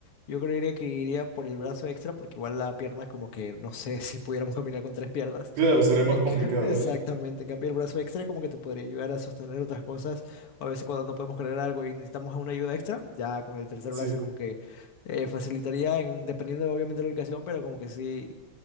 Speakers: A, on the left (about 45°); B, on the right (about 65°).
A: Yo creería que iría por el brazo extra porque igual la pierna como que no sé <laughs> si pudiéramos caminar con tres piernas.
B: Claro, sería más
A: En
B: complicado.
A: ca- <laughs> Exactamente, en cambio el brazo extra es como que te podría ayudar a sostener otras cosas o a veces cuando no podemos cargar algo y necesitamos una ayuda extra, ya con el tercer
B: sí.
A: brazo es como que eh, facilitaría en, dependiendo obviamente de la ubicación, pero como que sí